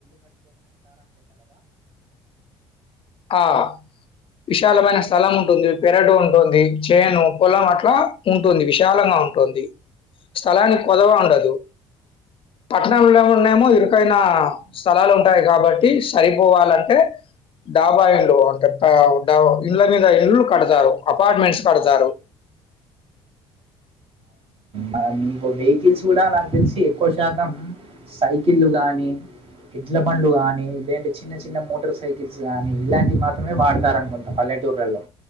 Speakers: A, on the left (about 45°); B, on the right (about 45°).
A: ఆ విశాలమైన స్థలం ఉంటుంది పెరడు ఉంటుంది చేను పొలం అట్లా ఉంటుంది విశాలంగా ఉంటుంది స్థలానికి కొదవ ఉండదు పట్నం లొ ఉన్న మళ్ళీ స్థలాలల్లో ఉంటాయి కాబట్టి సరిపోవాలంటే డాబా ఇల్లు పెద్ద డాబా ఇళ్ళనీ కాదు ఇళ్లు కడతారు అపార్ట్మెంట్స్ కడతారు
B: మనం ఒక వెహికల్స్ కూడా నాకు తెలిసి ఎక్కువ శాతం సైకిళ్లు గాని ఎండ్ల బండ్లు గాని లేదంటే చిన్న చిన్న మోటార్ సైకిల్స్ గాని ఇలాంటి మాత్రమే వాడతారు అనుకుంటా పల్లెటూర్లలో